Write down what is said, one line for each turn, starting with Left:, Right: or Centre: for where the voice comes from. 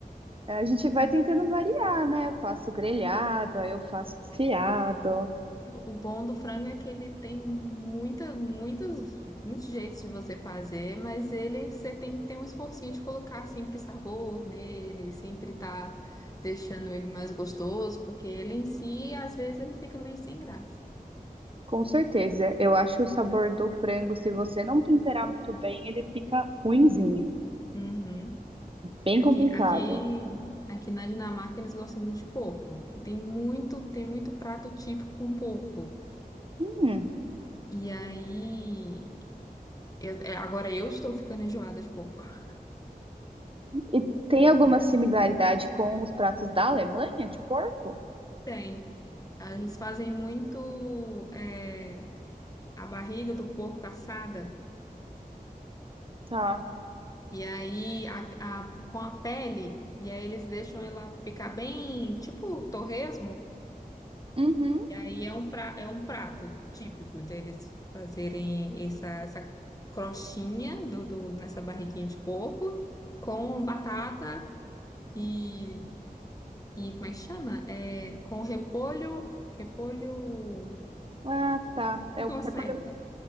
Right: a gente vai tentando variar, né? Eu faço grelhado, aí eu faço desfiado.
Left: O bom do frango é que ele tem muita, muitas, muitos jeitos de você fazer, mas ele você tem que ter um esforcinho de colocar sempre sabor nele, sempre tá deixando ele mais gostoso, porque ele em si, às vezes, ele fica meio sem graça.
Right: Com certeza, eu acho o sabor do frango, se você não temperar muito bem, ele fica ruinzinho.
Left: Uhum.
Right: Bem complicado.
Left: Aqui, aqui, aqui na Dinamarca eles gostam muito de porco. Tem muito, tem muito prato típico com porco.
Right: Hum.
Left: E aí, eu- é, agora eu estou ficando enjoada de porco. <laughs>
Right: E tem alguma similaridade com os pratos da Alemanha de porco?
Left: Tem. Ah, Eles fazem muito é, a barriga do porco assada.
Right: Tá.
Left: E aí, a, a- com a pele. E aí eles deixam ela ficar bem, tipo torresmo.
Right: Uhum.
Left: E aí é um, pra, é um prato típico deles fazerem essa, essa crostinha do, do- nessa barriguinha de porco com batata e, e como é que chama? É, com repolho, repolho
Right: Ah, tá. Eu
Left: e conserva.
Right: preparo.